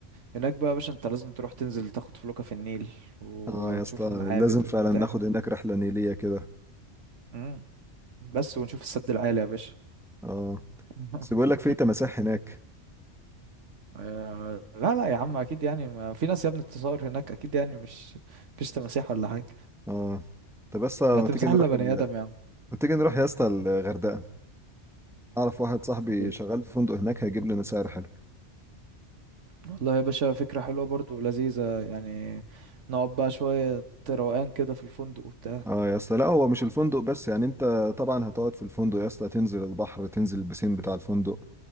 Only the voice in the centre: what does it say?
اه يا اسطى
لازم فعلا
ناخد هناك رحلة نيلية كده
اه
بس بيقول لك في تماسيح هناك
اه طب بس ما
تيجي نروح
ال...
ما تيجي نروح يا اسطى الغردقه اعرف واحد صاحبي
شغال في فندق هناك هيجيب لنا سعر حلو
اه يا اسطى لا هو مش الفندق بس يعني انت طبعا هتقعد في الفندق يا اسطى تنزل البحر تنزل البسين بتاع الفندق